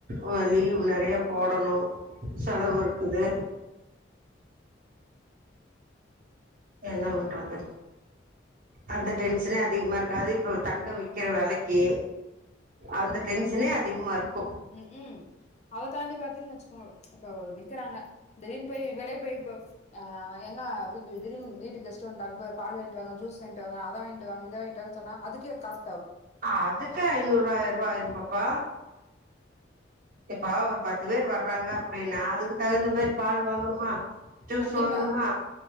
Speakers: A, on the right; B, on the left.
A: ஆ லீவ் நறையா போட லோ செலவு இருக் குது என்ன பண்றாது அந்த டென்ஷனே அதிகமா இருக்கா அது இப்ப தங்க வைக்கிற வெலக்கி அந்த டென்ஷனே அதிகமா இருக்கு
B: உ உ அத தாண்டி பாத்தீங்கன்னு வச்சுக்கோ இப்ப நிக்கிறாங்க திடீர்னு போய் வெலிய போய் இப்ப அ ஏங்கா வீ திடீனு வீட்டுக்கு கெஸ்ட் வன்ட்டாங்க போ பால வாங்கிட்டு வாங்க ஜூஸ் வாங்கிட்டு வாங்க அத வாங்கிட்டு வாங்க இத வாங்கிட்டு வாங்க ன்னா அதுக்கே காஷ்
A: அதுக்கு ஐந்நூறுஆய்யிரோ ரூபா ஆயிருபாப்பா இப்பா ஒரு பத்து பேர் வர்றாங்க அப்டின்னா அதுக்கு தகுந்த மாரி பால் வாங்கணுமா ஜூஸ்
B: கண்டிப்பா
A: வாங்கனுமா